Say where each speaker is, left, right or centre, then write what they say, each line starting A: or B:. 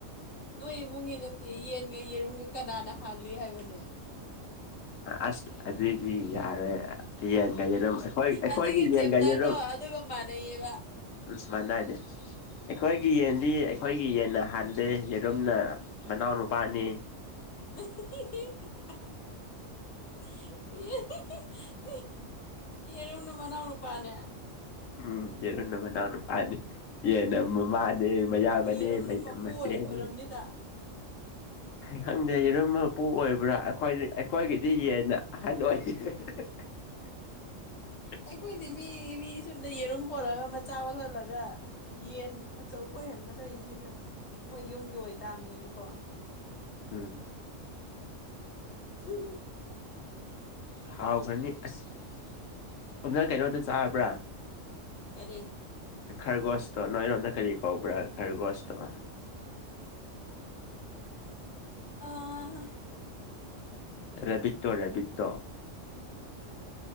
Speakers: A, on the left; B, on the left.
A: ꯅꯣꯏ ꯏꯃꯨꯡꯒꯤ ꯅꯠꯇꯦ ꯌꯦꯟꯒ ꯌꯦꯔꯨꯝꯒ ꯀꯅꯥꯅ ꯍꯥꯜꯂꯤ ꯍꯥꯏꯕꯅꯦ
B: ꯑꯁ ꯑꯗꯨꯗꯗꯤ ꯌꯥꯔꯦ ꯌꯦꯟꯒ ꯌꯦꯔꯨꯝ ꯑꯩꯈꯣꯏ ꯑꯩꯈꯣꯏꯒꯤ
A: ꯑꯗꯨꯒꯤ
B: ꯌꯦꯟꯒ
A: ꯆꯦꯞꯇꯔꯗꯣ
B: ꯌꯦꯔꯨꯝ
A: ꯑꯗꯨꯒ ꯃꯥꯟꯅꯩꯌꯦꯕ
B: ꯎꯝ ꯃꯅꯥꯗꯦ ꯑꯩꯈꯣꯏꯒꯤ ꯌꯦꯟꯗꯤ ꯑꯩꯈꯣꯏꯒꯤ ꯌꯦꯟꯅ ꯍꯥꯟꯗꯦ ꯌꯦꯔꯨꯝꯅ ꯃꯅꯥꯎꯅꯨꯄꯥꯅꯤ
A: <unintelligible> ꯌꯦꯔꯨꯝꯅ ꯃꯅꯥꯎ ꯅꯨꯄꯥꯅꯦ
B: ꯎꯝ ꯌꯦꯔꯨꯝꯅ ꯃꯅꯥꯎꯅꯨꯄꯥꯅꯤ ꯌꯦꯅ ꯃꯃꯥꯅꯦ ꯃꯌꯥꯝꯕꯅꯦ
A: ꯌꯦꯔꯨꯝꯅ ꯃꯄꯨ
B: ꯃꯆꯦꯅꯦ
A: ꯑꯣꯏ ꯑꯣꯏꯔꯝꯅꯤꯗ
B: ꯈꯪꯗꯦ ꯌꯦꯔꯨꯝ ꯃꯄꯨ ꯑꯣꯏꯕ꯭ꯔꯥ ꯑꯩꯈꯣꯏ ꯑꯩꯈꯣꯏꯒꯤꯗꯤ ꯌꯦꯟꯅ ꯑꯍꯜ ꯑꯣꯏꯔꯦ <inaudible>
A: ꯑꯩꯈꯣꯏꯗꯤ ꯃꯤ ꯃꯤ ꯁꯣꯝꯗ ꯌꯦꯔꯨꯝ ꯄꯣꯜꯂꯒ ꯃꯆꯥ ꯑꯣꯜꯍꯜꯂꯒ ꯌꯦꯟ ꯑꯆꯧꯕ ꯑꯣꯏꯍꯟꯕ ꯂꯩꯔꯤꯁꯤꯅ ꯃꯣꯏ ꯌꯨꯝꯒꯤ ꯑꯣꯏꯇꯥꯥꯕꯅꯤꯅꯤꯀꯣ꯫
B: ꯎꯝ
A: <unintelligible>
B: ꯍꯥꯎꯈ꯭ꯔꯅꯤ ꯑꯁ ꯑꯝ ꯅꯪ ꯀꯩꯅꯣꯗꯣ ꯆꯥꯕ꯭ꯔꯥ?
A: ꯀꯔꯤ?
B: ꯈꯔꯒꯣꯁꯇꯣ ꯅꯣꯏꯔꯣꯝꯗ ꯀꯔꯤ ꯀꯧꯕ꯭ꯔꯥ ꯈꯔꯒꯣꯁꯇꯣ?
A: ꯑꯥ
B: ꯔꯦꯕꯤꯠꯇꯣ ꯔꯦꯕꯤꯠꯇꯣ